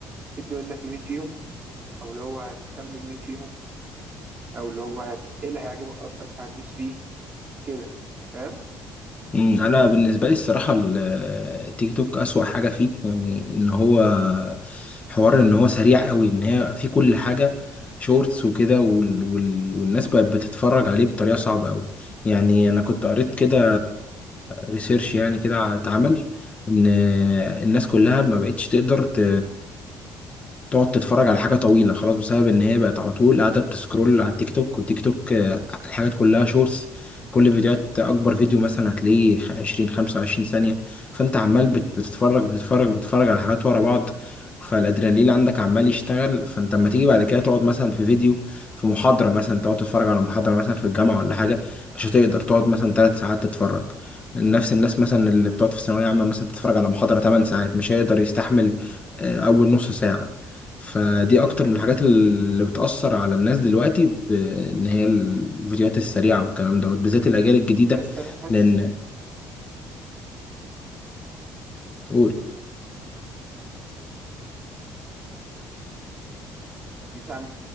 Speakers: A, on the right; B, on the left.
A: تدي ودنك لمين فيهم او اللي هو هتهتم بمين فيهم او اللي هو هت... ايه اللي هيعجبك اكتر فهتدوس فيه كده فاهم
B: أمم، أنا بالنسبة لي الصراحة ال- آه، التيك توك أسوأ حاجة فيه يعني إن هو حوار إن هو سريع قوي إن هي في كل حاجة شورتس وكده وال... وال... والناس بقت بتتفرج عليه بطريقة صعبة قوي يعني أنا كنت قريت كده ريسيرش يعني كده اتعمل إن آه، الناس كلها ما بقتش تقدر ت... تقعد تتفرج على حاجة طويلة خلاص بسبب إن هي بقت على طول قاعدة بتسكرول على التيك توك والتيك توك آه، الحاجات كلها شورتس كل فيديوهات أكبر فيديو مثلا هتلاقيه خ- 20 25 ثانية فأنت عمال بت- بتتفرج بتتفرج بتتفرج على حاجات ورا بعض فالأدرينالين عندك عمال يشتغل فأنت لما تيجي بعد كده تقعد مثلا في فيديو في محاضرة مثلا تقعد تتفرج على محاضرة مثلا في الجامعة ولا حاجة مش هتقدر تقعد مثلا ثلاث ساعات تتفرج نفس الناس مثلا اللي بتقعد في الثانوية عامة مثلا تتفرج على محاضرة 8 ساعات مش هيقدر يستحمل آه، أول نص ساعة فدي اكتر من الحاجات اللي بتأثر على الناس دلوقتي بان هي الفيديوهات السريعة والكلام دوت بالذات الاجيال الجديدة
A: بس انا حاسس
B: لان قول
A: الناس عامة